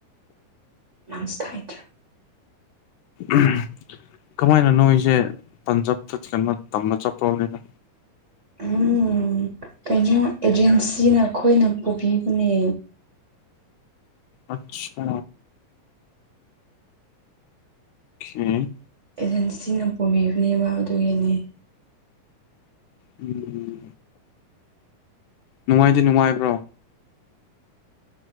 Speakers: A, on the right; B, on the left.
A: ꯃꯥꯡꯁ ꯊꯥꯏꯗ꯭ꯔꯥ
B: ꯎꯝ ꯀꯃꯥꯏꯅ ꯅꯣꯏꯁꯦ ꯄꯟꯖꯥꯕ ꯐꯨꯠ ꯆꯤꯀꯟ ꯅꯣꯏ ꯇꯝꯕ ꯆꯞꯄ꯭ꯔꯣꯕꯅꯤꯅ
A: ꯎꯝ ꯀꯩꯅꯣ ꯑꯦꯖꯦꯟꯁꯤꯅ ꯑꯩꯈꯣꯏꯅ ꯄꯨꯕꯤꯕꯅꯦ
B: ꯑꯠꯁꯥ ꯍꯝ
A: ꯑꯦꯖꯦꯟꯁꯤꯅ ꯄꯨꯕꯤꯕꯅꯦꯕ ꯑꯗꯨꯒꯤꯅꯦ
B: ꯎꯝ ꯅꯨꯡꯉꯥꯏꯗꯤ ꯅꯨꯡꯉꯥꯏꯕ꯭ꯔꯣ